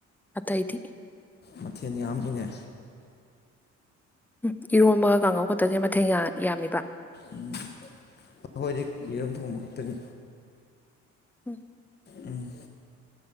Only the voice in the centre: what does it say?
ꯑꯇꯩꯗꯤ
ꯎꯝ ꯏꯔꯣꯟꯕꯒ ꯀꯥꯡꯉꯧ ꯈꯛꯇꯖꯦ ꯃꯊꯦꯟ ꯌ ꯌꯥꯝꯃꯤꯕ
ꯎꯝ